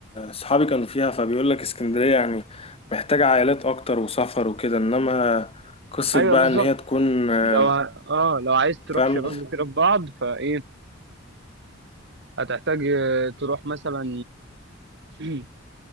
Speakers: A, on the left; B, on the right.
A: صحابي كانوا فيها فبيقول لك اسكندرية يعني محتاجة عائلات اكتر وسفر وكده انما قصة
B: ايوه
A: بقى
B: بالظبط
A: ان هي تكون آه،
B: لو ع- اه لو عايز تروح
A: فاهم
B: شباب وكده في بعض فايه هتحتاج آه، تروح مثلا <clears throat>